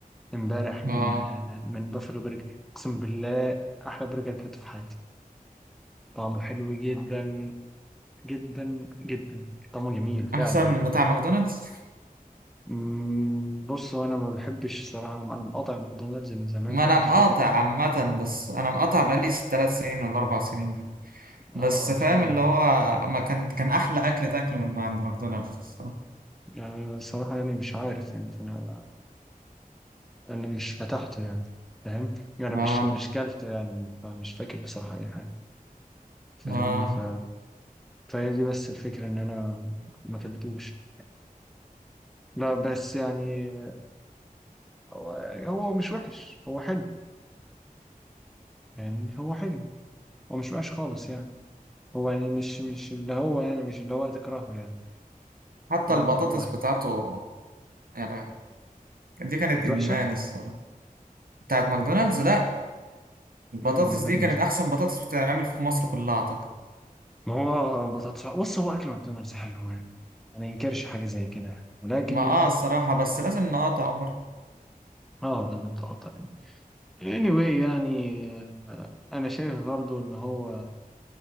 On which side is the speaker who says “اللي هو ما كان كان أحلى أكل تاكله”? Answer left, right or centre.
Right